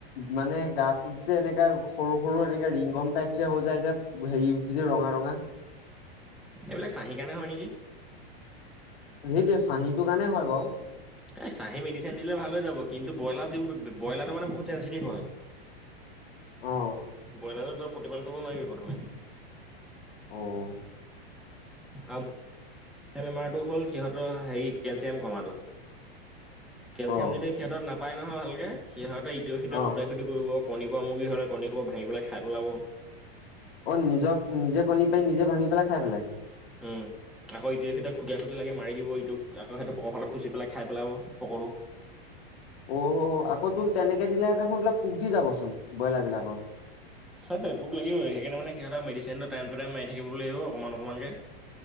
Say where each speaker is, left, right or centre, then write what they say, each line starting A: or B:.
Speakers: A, on the left (about 75°); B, in the centre.
A: মানে গাটোত যে এনেকা সৰু সৰু এনেকে ৰিংগম টাইপ যে হৈ যায় যে। হেৰি উঠি ৰঙা ৰঙা।
B: এইবিলাক চাঁহি কাৰণে হয় নেকি?
A: সেইটোৱেই চাঁহিটো কাৰণে হয় বাৰু।
B: এ চাহি মেডিচিন দিলে ভাল হৈ যাব। কিন্তু ব্ৰইলাৰ যিবোৰ ব্ৰইলাৰটো মানে বহুত চেঞ্চিটিভ হয়।
A: অ
B: ব্ৰইলাৰতো তই প্ৰতিপাল কৰিব নোৱাৰিবি প্ৰথমে।
A: অ'।
B: আৰু বেমাৰটো হ'ল সিহঁতৰ হেৰি কেলচিয়াম কমাটো। কেলচিয়াম
A: অ
B: যদি সিহঁত নাপায় নহয় ভালকে সিহঁতে ইটোৰ সিতে
A: অ
B: খুটাই খুট কি কৰিব কণীপ পৰা মুৰ্গী হ'লে কণী খবৰ ভাঙি পেলাই পেলাব।
A: অ', নিজক নিজে কণী পাই নিজে ভাঙি পেলাই খাই পেলাই?
B: উম। আকৌ এতি সতিয়া খুটীয়া খুটি লাগি মাৰি দিব ইটোক আকৌইটো পকৰ ফালে খাইপেলাব পকৰোঁ।
A: অও' আকৌ তোক তেনেকে দিলে দেখোন এইবিলাক পোক দি যাবচোন ব্ৰইলাৰ বিলাক।
B: সেটোৱে পোক লাগিব সেইকানে মানে সিহঁতক মেদিচিনটো টাইমটো টাইম মাৰি থাকিব লাগিব অকণ অকমান অকমানকে।